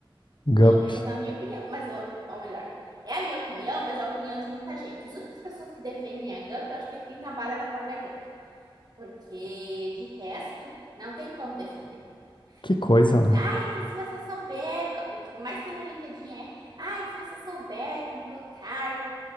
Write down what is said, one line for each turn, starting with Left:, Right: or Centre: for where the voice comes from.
Left: GUP.
Right: Pelo menos na minha opinião, mas eu, ou melhor, é a minha opinião, mas é a opinião de muita gente. As únicas pessoas que defendem a GUP, eu acho que é quem trabalha na própria GUP, porque de resto, não tem como defender.
Left: Que coisa,
Right: Você diz,
Left: né?
Right: ai, se você souber, o que mais tem no LinkedIn é, ai, se você souber como colocar